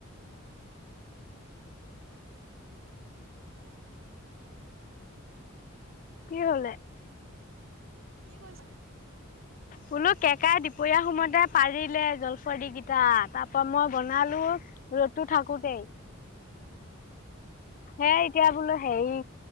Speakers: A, on the left; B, on the right.
A: কি হলে
B: কি কৰিছ নাই
A: বোলো কেকাই দুপৰীয়া সময়তে পাৰিলে জলফৰদি কিটা তাৰ পৰাা মই বনালো। ৰ'দটো থাকোতেই
B: উম
A: সে এতিয়া বোলো হেৰি